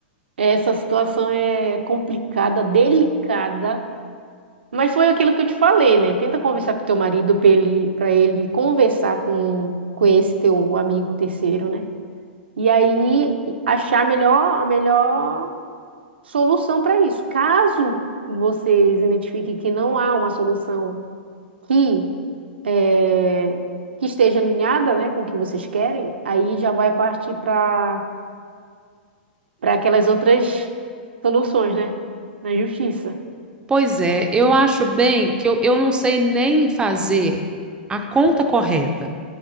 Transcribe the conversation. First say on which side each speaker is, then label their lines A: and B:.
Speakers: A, on the right (about 80°); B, on the right (about 15°).
A: essa situação é complicada, delicada, mas foi aquilo que eu te falei, né? Tenta conversar com teu marido para ele, pra ele conversar com, com esse teu amigo terceiro, né? E aí achar a melhor, a melhor solução para isso. Caso vocês identifiquem que não há uma solução que, eh, que esteja alinhada, né, com o que vocês querem, aí já vai partir para para aquelas outras soluções, né? Na justiça.
B: Pois é, eu acho bem que eu, eu não sei nem fazer a conta correta,